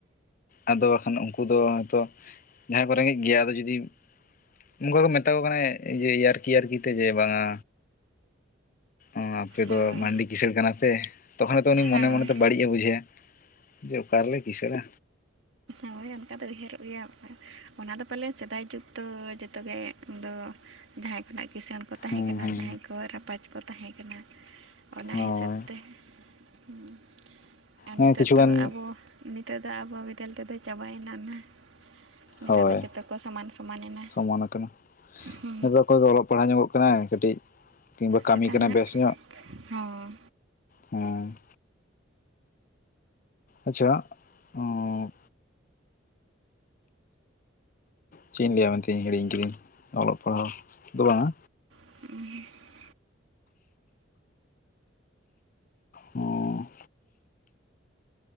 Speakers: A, on the left; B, on the right.
A: ᱟᱫᱚ ᱠᱷᱟᱱ ᱩᱱᱠᱩ ᱫᱚ ᱦᱚᱭᱛᱚ ᱡᱟᱦᱟᱸᱭ ᱠᱚ ᱨᱮᱜᱮᱡ ᱜᱮᱭᱟ ᱟᱫᱚ ᱡᱩᱫᱤ ᱚᱱᱠᱟ ᱠᱚ ᱢᱮᱛᱟ ᱠᱚ ᱠᱟᱱᱟ ᱡᱮ ᱮᱭᱟᱨᱠᱤ ᱮᱭᱟᱨᱠᱤ ᱛᱮ ᱡᱮ ᱵᱟᱝ ᱟ ᱚ ᱟᱯᱮ
B: ᱦᱳᱭ
A: ᱫᱚ ᱢᱟᱱᱰᱤ ᱠᱤᱥᱟᱹᱲ ᱠᱟᱱᱟ ᱯᱮ ᱛᱚᱠᱷᱚᱱ ᱛᱚ ᱩᱱᱤ ᱢᱚᱱᱮ
B: ᱦᱳᱭ
A: ᱢᱚᱱᱮ ᱛᱮ ᱵᱟᱹᱲᱤᱡ ᱮ ᱵᱩᱡᱷᱟᱹ ᱡᱮ ᱚᱠᱟ ᱨᱮᱞᱮ ᱠᱤᱥᱟᱹᱬᱟ
B: ᱦᱳᱭ ᱚᱱᱠᱟ ᱫᱚ ᱩᱭᱦᱟᱹᱨᱚᱜ ᱜᱮᱭᱟ ᱚᱱᱟᱫᱚ ᱯᱟᱞᱮ ᱥᱮᱫᱟᱭ ᱡᱩᱜᱽ ᱫᱚ ᱡᱚᱛᱚ ᱜᱮ ᱫᱚ ᱡᱟᱦᱟᱸᱭ ᱠᱷᱚᱱᱟᱜ ᱠᱤᱸᱥᱟᱹᱬ ᱠᱚ ᱛᱟᱦᱮᱸ
A: ᱦᱮᱸ
B: ᱠᱟᱱᱟ
A: ᱦᱮᱸ
B: ᱡᱟᱦᱟᱸᱭ ᱠᱚ ᱨᱟᱯᱟᱡᱽ ᱠᱚ ᱛᱟᱦᱮᱸ ᱠᱟᱱᱟ ᱚᱱᱟ
A: ᱦᱳᱭ
B: ᱦᱤᱥᱟᱹᱵ ᱛᱮ ᱦᱩ ᱟᱨ
A: ᱦᱮᱸ
B: ᱱᱤᱛᱚᱜ
A: ᱠᱤᱪᱷᱩᱜᱟᱱ
B: ᱫᱚ ᱟᱵᱚ ᱱᱤᱛᱚᱜ ᱫᱚ ᱟᱵᱚ ᱵᱤᱫᱟᱹᱞ ᱛᱮᱫᱚ ᱪᱟᱵᱟᱭᱱᱟ ᱱᱟ ᱱᱤᱛᱚᱜ
A: ᱦᱳᱭ
B: ᱫᱚ ᱡᱚᱛᱚ ᱠᱚ ᱥᱚᱢᱟᱱ ᱥᱚᱢᱟᱱ ᱮᱱᱟ
A: ᱥᱚᱢᱟᱱ ᱟᱠᱟᱱᱟ
B: ᱦᱩ
A: ᱱᱤᱛᱚᱜ ᱚᱠᱚᱭ ᱫᱚ ᱚᱞᱚᱜ ᱯᱟᱲᱦᱟᱣ ᱧᱚᱜᱚᱜ ᱠᱟᱱᱟ ᱠᱟᱹᱴᱤᱡ ᱠᱤᱝᱵᱟ ᱠᱟᱹᱢᱤ
B: ᱪᱮᱛᱟᱱ
A: ᱠᱟᱱᱟᱭ
B: ᱧᱚᱜ
A: ᱵᱮᱥ
B: ᱦᱚᱸ
A: ᱦᱮᱸ ᱟᱪᱪᱷᱟ ᱚᱵ ᱪᱮᱫ ᱤᱧ ᱞᱟᱹᱭᱟ ᱢᱮᱱᱛᱮᱧ ᱦᱤᱲᱤᱧ ᱠᱤᱫᱟᱹᱧ ᱚᱞᱚᱜ ᱯᱟᱲᱦᱟᱣ ᱫᱚ ᱵᱟᱝ ᱟ
B: <unintelligible>
A: ᱦᱚᱸ